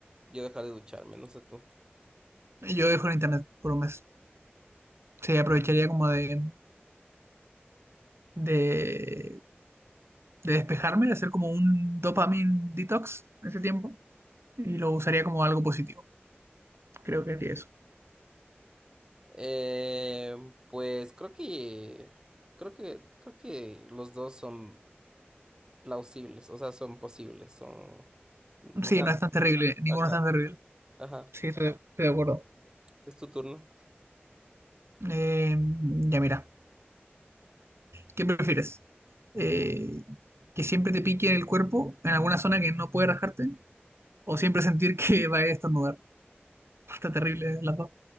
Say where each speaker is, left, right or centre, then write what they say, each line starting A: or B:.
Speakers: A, on the right; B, on the right.
A: Yo dejar de ducharme, no sé tú.
B: Yo dejo el internet por un mes. Sí, aprovecharía como de, de, de despejarme, de hacer como un dopamine detox en ese tiempo y lo usaría como algo positivo. Creo que haría eso.
A: Eh, pues creo que creo que creo que los dos son plausibles, o sea, son posibles, son, o
B: Sí,
A: sea,
B: no es tan terrible, ninguno
A: ajá,
B: es tan terrible.
A: ajá.
B: Sí, estoy de, estoy de acuerdo.
A: Es tu turno.
B: Eh, ya mira. ¿Qué prefieres? Eh, ¿que siempre te pique en el cuerpo, en alguna zona que no puede rajarte, ¿O siempre sentir que va a estornudar? <laughs> Está terrible eh, las dos.